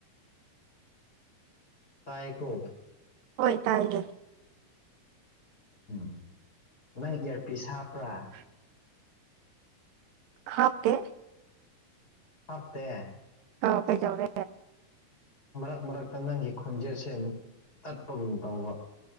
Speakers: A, on the left; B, on the right.
A: ꯇꯥꯏꯀꯣ
B: ꯍꯣꯏ ꯇꯥꯏꯅꯦ
A: ꯎꯝ ꯅꯪ ꯏꯌꯥꯔꯄꯤ ꯍꯥꯞꯄ꯭ꯔꯥ
B: <inaudible> ꯍꯥꯞꯀꯦ
A: ꯃꯠꯇꯦ
B: ꯑ ꯀꯩꯖꯧꯒꯦ
A: ꯃꯔꯛ ꯃꯔꯛꯇ ꯅꯪꯒꯤ ꯈꯣꯟꯖꯦꯜꯁꯦ ꯇꯠꯄꯒꯨꯝ ꯇꯧꯕ